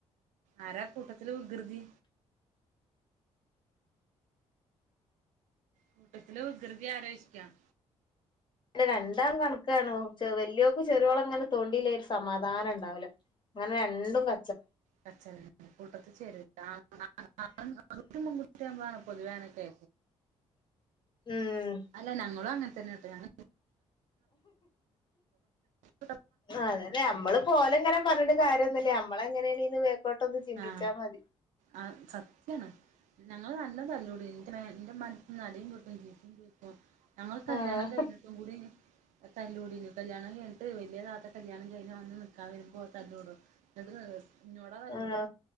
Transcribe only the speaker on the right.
ആരാ കൂട്ടത്തില് വികൃതി? കൂട്ടത്തില് വികൃതി ആലോചിക്കാം.
കച്ചല കൂട്ടത്ത് ചേരു <unintelligible> കുട്ടിയാമ്പോണ് പൊതുവാനൊക്കെ.
അല്ല നങ്ങെളും അങ്ങനെത്തന്നെട്ടോ ഞ <unintelligible>
ഞ
ആ സത്യാണ്. ഞങ്ങള് നല്ലതല്ലൂ ക്കൂടിയി ത്രേയെന്റെ മന ന്നടിയും കിട്ടുകേയും ചെയ്യും. പ്പ കേക്കും ഞങ്ങൾ കല്യാണം
കഴിഞ്ഞിട്ടും കൂടി. തല്ലൂടിരുന്നു. കല്യാണം കഴിഞ്ഞ്ട്ട് വെല്യാതാത്തെ കല്യാണം കഴിഞ്ഞ് വന്ന് നിക്കാൻ വരുമ്പോയെക്കെ തല്ലൂടും ഇപ്പഴതുപ്പോ ഇന്നോടാ തല്ലൂടാ.